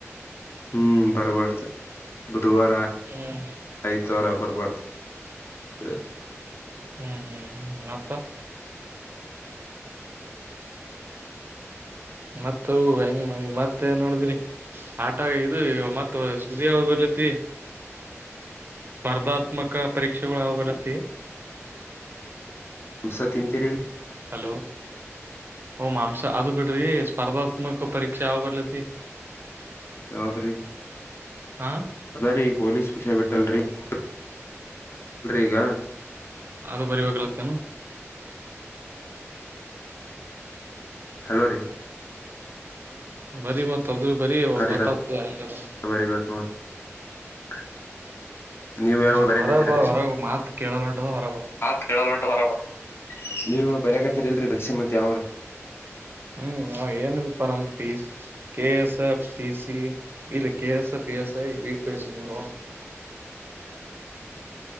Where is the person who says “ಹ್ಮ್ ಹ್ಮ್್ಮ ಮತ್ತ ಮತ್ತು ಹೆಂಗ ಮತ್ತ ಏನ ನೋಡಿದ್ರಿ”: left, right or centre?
Right